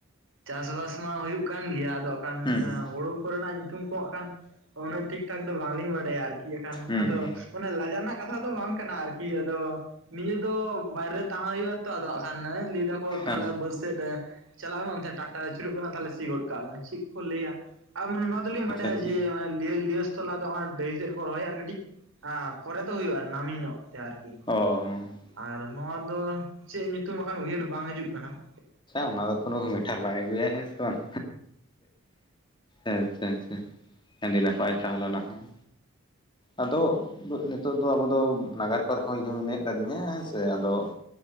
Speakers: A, on the right; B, on the left.
A: ᱪᱟᱥᱵᱟᱥ ᱢᱟ ᱦᱩᱭᱩᱜ ᱠᱟᱱ ᱜᱮᱭᱟ ᱟᱫᱚ ᱠᱷᱟᱱ
B: ᱦᱩᱸ ᱦᱩᱸ
A: ᱦᱩᱲᱩ ᱠᱚᱨᱮᱱᱟᱜ ᱧᱩᱛᱩᱢ ᱠᱚ ᱦᱟᱸᱜ ᱠᱷᱟᱱ ᱩᱱᱟᱹᱜ ᱴᱷᱤᱠ ᱴᱷᱟᱠ ᱫᱚ ᱵᱟᱝᱞᱤᱧ ᱵᱟᱰᱟᱭᱟ ᱟᱨᱠᱤ ᱮᱱᱠᱷᱟᱱ
B: ᱦᱩᱸ
A: ᱟᱫᱚ
B: ᱦᱩᱸ
A: ᱚᱱᱮ ᱞᱟᱡᱟᱣ ᱨᱮᱱᱟᱜ ᱠᱟᱛᱷᱟ ᱫᱚ ᱵᱟᱝ ᱠᱟᱱᱟ ᱟᱨᱠᱤ ᱟᱫᱚ ᱱᱤᱭᱟᱹ ᱫᱚ ᱵᱟᱭ ᱨᱮ ᱛᱟᱦᱮᱸ ᱦᱩᱭᱩᱜᱼᱟ ᱾ ᱛᱚ ᱟᱫᱜ ᱠᱟᱱ ᱞᱟᱹᱭ ᱮᱫᱟᱠᱚ
B: ᱦᱮᱸ
A: ᱛᱟᱦᱚᱞᱮ ᱵᱟᱹᱨᱥᱮᱫ ᱨᱮ ᱪᱟᱞᱟᱜ ᱢᱮ ᱚᱱᱛᱮ ᱴᱟᱠᱴᱟᱨ ᱨᱮ ᱪᱩᱨᱩᱜ ᱠᱟᱱᱟ ᱛᱟᱦᱚᱞᱮ ᱥᱤ ᱜᱚᱫ ᱠᱟᱜ ᱢᱮ ᱪᱮᱫ ᱠᱚᱠᱚ ᱞᱟᱹᱭᱟ ᱟᱨ ᱢᱟᱱᱮ ᱱᱚᱣᱟ ᱫᱚᱞᱤᱧ ᱵᱟᱰᱟᱭᱟ
B: ᱟᱪᱪᱷᱟ ᱟᱪᱪᱷᱟ
A: ᱡᱮ ᱞᱤᱭᱚᱥ ᱛᱚᱞᱟᱥ ᱫᱚ ᱦᱟᱜ ᱰᱟᱹᱦᱤ ᱥᱮᱫ ᱨᱮᱠᱚ ᱨᱚᱦᱚᱭᱟ ᱟᱨ ᱠᱟᱹᱴᱤᱡ ᱯᱚᱨᱮ ᱫᱚ ᱦᱩᱭᱩᱜᱼᱟ ᱱᱟᱹᱢᱤ ᱧᱚᱜ ᱛᱮ ᱟᱨᱠᱤ
B: ᱚᱻ ᱾
A: ᱟᱨ ᱱᱚᱣᱟ ᱫᱚ ᱪᱮᱫ ᱧᱩᱛᱩᱢ ᱵᱟᱠᱷᱟᱱ ᱩᱭᱦᱟᱹᱨ ᱵᱟᱝ ᱦᱤᱡᱩᱜ ᱠᱟᱱᱟ ᱾
B: ᱚᱱᱟ ᱫᱚ ᱠᱳᱱᱳ ᱢᱮᱴᱟᱨ ᱵᱟᱭ ᱟᱹᱜᱩᱭᱟ ᱦᱮᱸ ᱥᱮ ᱵᱟᱝ ᱟᱪᱷᱟ ᱟᱪᱷᱟ ᱟᱹᱰᱤ ᱱᱟᱯᱟᱭ ᱛᱟᱦᱚᱞᱮ ᱦᱚᱸ ᱟᱫᱚ ᱱᱤᱛᱚᱜ ᱫᱚ ᱟᱵᱚ ᱫᱚ ᱱᱟᱜᱟᱨ ᱠᱚᱨᱮ ᱦᱚᱸ ᱤᱧ ᱢᱤᱱᱟᱹ ᱠᱟᱫᱤᱧᱟ ᱦᱮᱸ ᱥᱮ ᱟᱫᱚ